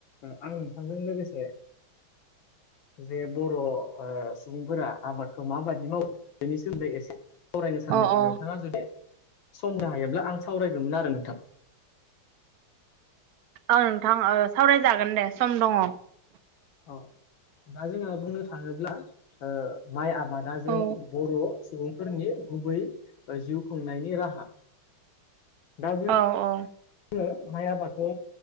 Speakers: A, on the left (about 70°); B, on the right (about 75°).
A: आं नोंथांजों लोगोसे जे बर' सुबुंफोरा आबादखौ माबादि मावो? बेनि सोमोन्दै एसे फावरायनो सानदों
B: अ अ
A: नोंथाङा जुदि सम होनो हायोब्ला आं सावरायगौमोन आरो नोंथां।
B: औ नोंथां ओ सावरायजागोन दे सम दङ।
A: औ दा जोङो बुंनो थाङोब्ला ओ माइ आबादा जों
B: औ
A: बर' सुबुंफोरनि गुबै जिउ खुंनायनि राहा। दा जों
B: औ औ।
A: <unintelligible> माइ आबादखौ